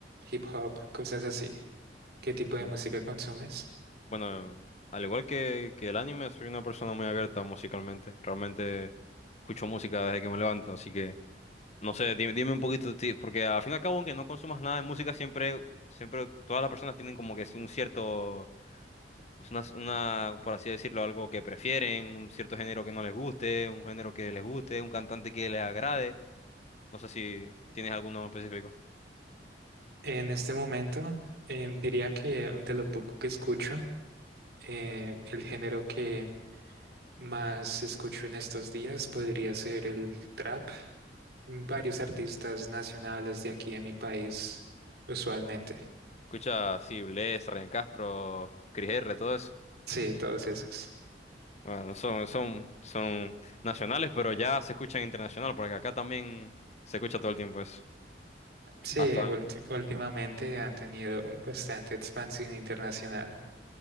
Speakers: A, on the right; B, on the left.
A: hip hop, cosas así. ¿Qué tipo
B: Como-
A: de música consumes?
B: Bueno, al igual que, que el anime, soy una persona muy abierta musicalmente. Realmente escucho música desde que me levanto, así que, no sé, dime, dime un poquito, ti- porque al fin y al cabo, aunque no consumas nada de música, siempre, siempre todas las personas tienen como que un cierto Es una, una, por así decirlo, algo que prefieren, un cierto género que no les guste, un género que les guste, un cantante que les agrade. No sé si tienes alguno en específico.
A: En este momento, eh, diría que de lo poco que escucho, eh, el género que más escucho en estos días podría ser el trap. Varios artistas nacionales de aquí en mi país, usualmente.
B: Escucha, sí, Bless, Ryan Castro, Cris R, todo eso.
A: Sí, todos esos.
B: Bueno, son, son, son nacionales, pero ya se escuchan internacional, porque acá también se escucha todo el tiempo eso.
A: Sí,
B: Hasta,
A: ulti- últimamente han tenido bastante expansión internacional.